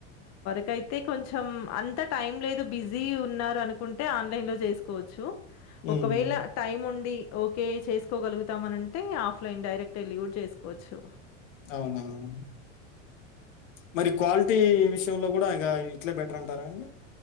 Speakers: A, on the left (about 45°); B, on the left (about 80°).
A: కు ఐతే కొంచెం అంత టైం లేదు బిజీ ఉన్నారు అనుకుంటే ఆన్లైన్ లో చేసుకోవచ్చు.
B: హ్మ్.
A: ఒకవేళ టైం ఉండి ఓకే చేసుకోగలుగుతామనంటే ఆఫ్లైన్ డైరెక్ట్ వెళ్లి కూడా చేసుకోవచ్చు.
B: అవునవును. మరి క్వాలిటీ విషయంలో కూడా ఇగ ఇట్లే బెటర్ అంటారా అండి.